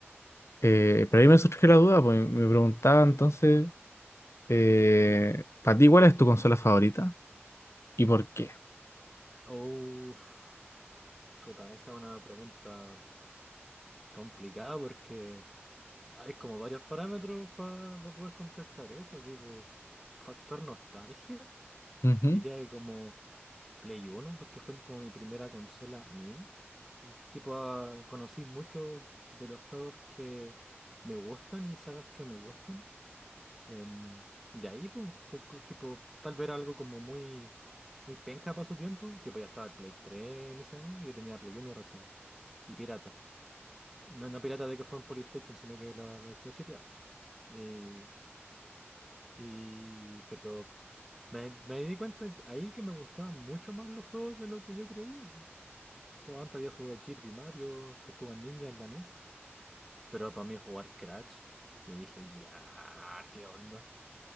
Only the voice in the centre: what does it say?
Uff, chuta, esa es una pregunta complicada porque hay como varios parámetros para poder contestar eso, tipo, factor nostalgia,
diría que como Play Uno porque fue como mi primera consola mía. Y tipo, ah, conocí muchos de los juegos que me gustan y sagas que me gustan. Em, de ahí, pues, co- co- tipo, tal vez era algo como muy, muy penca para su tiempo. Tipo, ya estaba el Play 3 en ese año y yo tenía Play Uno recién. Y pirata. No, no pirata de que fue un Polystation, sino que lo, lo, lo chipeaba, po. Y, y, pero me, me di cuenta que- ahí que me gustaban mucho más los juegos de lo que yo creía. Tipo, antes había jugado Kirby Mario, Tortugas Ninja en la NES. Pero para mí jugar Crash, yo dije, ya, ¿qué onda?